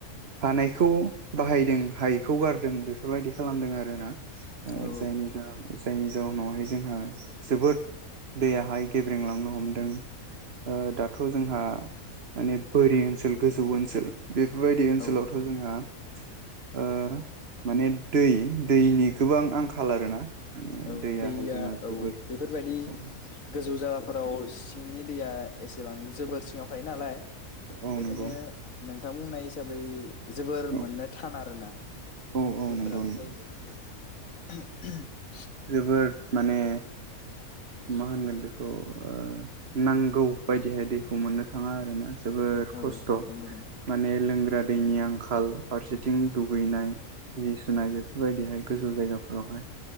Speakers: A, on the right; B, on the left.
A: हानायखौ बाहायदों हायिखौ गारदों बेफोरबायदि खालामदों आरोना ओ
B: औ
A: जायनि जाहोनाव जायनि जाहोनावहाय जोंहा जोबोद दैयाहाय गेब्रेंलांनो हमदों। ओ दाथ' जोंहा माने बोरि ओनसोल गोजौ ओनसोल बेफोरबायदि ओनसोलावथ'
B: औ
A: जोंहा आ माने दै दैनि गोबां आंखाल आरोना माने
B: औ
A: दैयाहाय
B: दैया
A: जोंहा जोबोर
B: औ बेफोरबादि
A: औ
B: गोजौ जाबा फोराव सिंनि दैया एसेबां जोबोर सिङाव थायो नालाय
A: औ
B: बेखायनो
A: नंगौ
B: नों थां बुंनाय हिसाबै जोबोर
A: औ
B: मोननो थान आरोना
A: औ औ
B: गोब्राब
A: नंगौ नंगौ
B: जायो ।
A: जोबोद माने मा होनगोन बेखौ ओ नांगौ बायदिहाय दैखौ मोननो थाङा आरोना जोबोर
B: औ
A: खस्थ'
B: नंगौ नंगौ
A: माने लोंग ग्रा दैनि आंखाल फारसेथिं दुगैनाय जि सुनाय बेफोरबायदिहाय गोजौ जायगाफोरावहाय